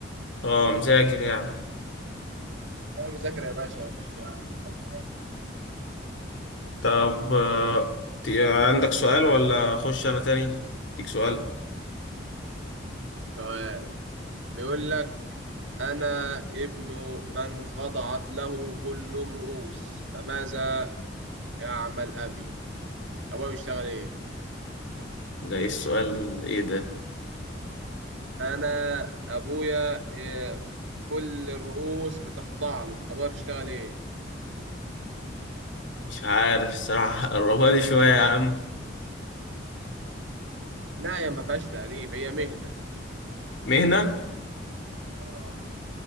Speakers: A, on the left; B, on the right.
A: أه مذاكر يعني
B: لا مذاكرة يا باشا مفيش حد عارف.
A: طب آه، ت- عندك سؤال ولا أخش أنا تاني؟ أديك سؤال
B: سؤال بيقول لك أنا ابن من خضعت له كل الرؤوس فماذا يعمل أبي؟ أبويا بيشتغل إيه؟
A: ده إيه السؤال إيه ده؟
B: أنا أبويا إيه، كل الرؤوس بتخضع له أبويا بيشتغل إيه؟
A: مش عارف الصراحة <laughs> قربها لي شوية يا عم
B: لا هي ما فيهاش تقريب هي مهنة
A: مهنة
B: اه